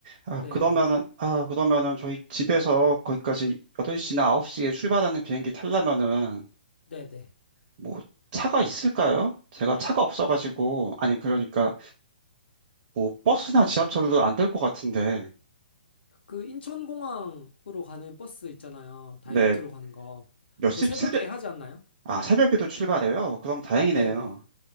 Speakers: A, on the right (about 40°); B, on the left (about 80°).
A: 아,
B: 네,
A: 그러면은,
B: 네. 그
A: 아, 그러면은 저희 집에서 거기까지 8시나 9시에 출발하는 비행기 타려면은
B: 네, 네.
A: 뭐 차가 있을까요? 제가 차가 없어가지고 아니 그러니까 뭐 버스나 지하철도 안 될 것 같은데
B: 그 인천공항으로 가는 버스 있잖아요. 다이렉트로
A: 네
B: 가는 거.
A: 몇 시
B: 그 새벽에
A: 새벽
B: 하지 않나요?
A: 아 새벽에도 출발해요? 그럼 다행이네요.
B: 네, 네.